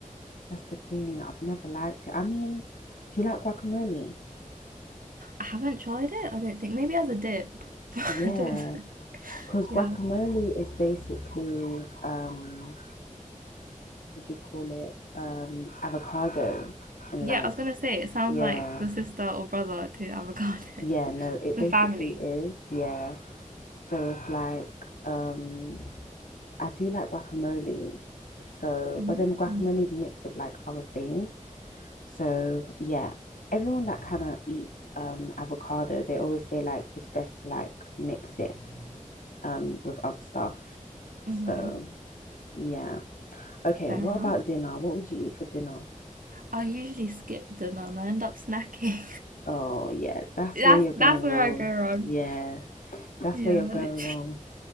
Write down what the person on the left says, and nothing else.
that's the thing. I've never liked it. I mean, do you like guacamole?
Yeah,
because guacamole
is basically um, what do you call it? Um, avocado and
like
yeah,
yeah, no, it
basically
is, yeah. So it's like, um, I do like guacamole. So,
but then guacamole is mixed with like other things. So, yeah, everyone that kind of eats um avocado, they always say like it's best to like mix it um with other stuff. So,
yeah. Okay,
what
about dinner? What would you eat for dinner?
Oh, yeah,
that's
where you're going
wrong.
Yeah, that's
where you're
going
wrong.